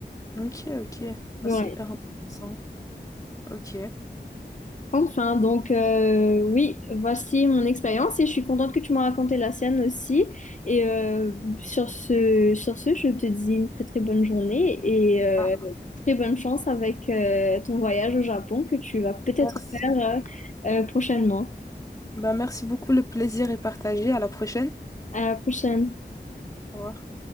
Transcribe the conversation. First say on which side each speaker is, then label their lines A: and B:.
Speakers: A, on the left (about 20°); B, on the left (about 45°).
A: Ok, ok. Bah,
B: Ouais.
A: c'est hyper intéressant. Ok.
B: Enfin, donc euh, oui, voici mon expérience et je suis contente que tu m'as raconté la sienne aussi. Et euh, sur ce, sur ce, je te dis une très très bonne journée et euh,
A: Ah,
B: très bonne chance avec euh, ton voyage au Japon que tu vas peut-être
A: merci.
B: faire euh, euh, prochainement.
A: Bah, merci beaucoup, le plaisir est partagé. À la prochaine.
B: À la prochaine.
A: Au revoir.